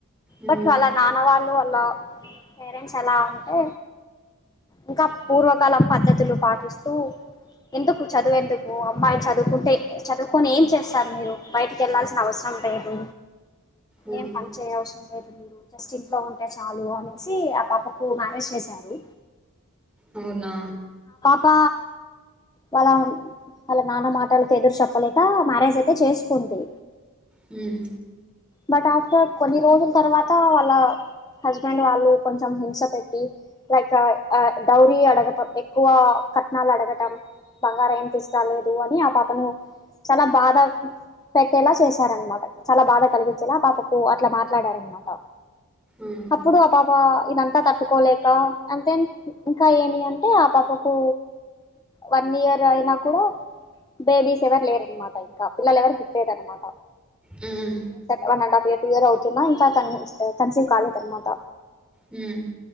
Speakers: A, in the centre; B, on the left.
A: ఉమ్,
B: బట్ వాళ్ళ నాన్న వాళ్ అల పేరెంట్స్ ఎలా అంటే ఇంకా పూర్వకాలం పద్ధతులు పాటిస్తూ ఎందుకు చదువేందుకు అమ్మాయిలు చదువుకుంటే చదువుకొని ఏం చేస్తరు మీరు బయటికి వెళ్లాల్సి అవసరం లేదు
A: ఉమ్,
B: ఏం పని చేయ అవసరం లేదు జస్ట్ ఇంట్లో ఉంటే చాలు అని వచ్చి ఆ పాపకు మ్యారేజ్ చేశారు
A: అవునా
B: ప్ప వాళ్ళ వాళ్ళ నాన్న మాటలకి ఎదురు చెప్పలేక మ్యారేజ్ అయితే చేసుకుంది
A: హమ్
B: బట్ ఆఫ్టర్ కొన్ని రోజుల తర్వాత వాళ్ళ హస్బెండ్ వాళ్ళు కొంచెం హింస పెట్టి లైక్ డౌరీ అడగటం ఎక్కువ కట్నాలు అడగటం బంగారం ఏం తీసుకురాలేదు అని ఆ పాపను చాలా బాధ పెట్టేలా చేశారనమాట చాలా బాధ కలిగి లా పాపకు అట్ల మాట్లాడారనమాట
A: ఉమ్,
B: అప్పుడు ఆ పాప ఇదంతా తట్టుకోలేక అండ్ దేన్ ఇంకా ఏమి అంటే ఆ పాపకు వన్ ఇయర్ అయినా కూడా బేబీస్ ఎవరు లేర అన్నమాట ఇంకా పిల్లలు ఎవరు ట్ లేద్ అనమాట
A: హమ్
B: one and half year two year అవుతున్నా ఇంకా కన్సీవ్ కాలేదన్న అనమాట
A: హ్మ్